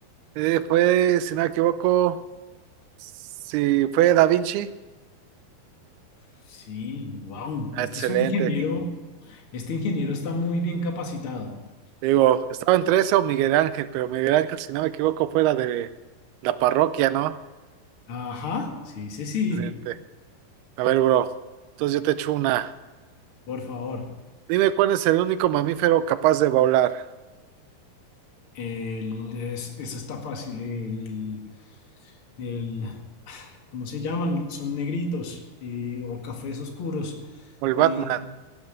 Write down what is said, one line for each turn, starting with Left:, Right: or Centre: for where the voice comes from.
Right: Eh, fue, si no me equivoco, si fue Da Vinci.
Left: Sí, wow.
Right: Ah,
Left: Este
Right: Excelente.
Left: es un ingeniero. Este ingeniero está muy bien capacitado.
Right: Digo, estaba entre eso o Miguel Ángel, pero Miguel Ángel, si no me equivoco, fue la de la parroquia, ¿no?
Left: Ajá, sí, sí, sí.
Right: Excelente. A ver, bro. Entonces yo te echo una.
Left: Por favor.
Right: Dime cuál es el único mamífero capaz de volar.
Left: El, es- esa está fácil. El, el- ¿cómo se llaman? Son negritos eh, o cafés oscuros.
Right: O el
Left: Eh,
Right: Batman.